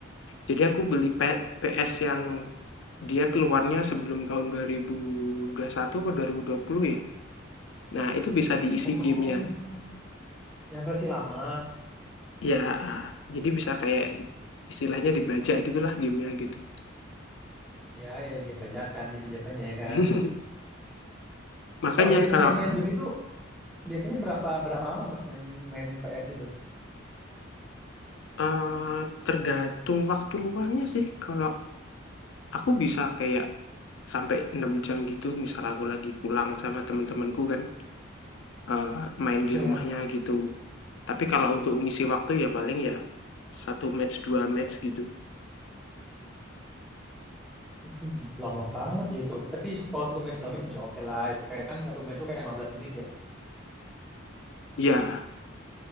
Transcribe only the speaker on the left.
Jadi aku beli P- PS yang dia keluarnya sebelum tahun 2021 atau 2020 ya. Nah, itu bisa diisi
gamenya.
ya ah, Jadi bisa kayak istilahnya dibajak gitulah game-nya gitu.
<laughs> Makanya
kalau,
eee, tergantung waktu luangnya sih. Kalau aku bisa kayak sampai 6 jam gitu misal aku lagi pulang sama temen-temenku kan, eee, main
di rumahnya gitu. Tapi kalau untuk ngisi waktu ya paling ya satu match, 2 match gitu.
ya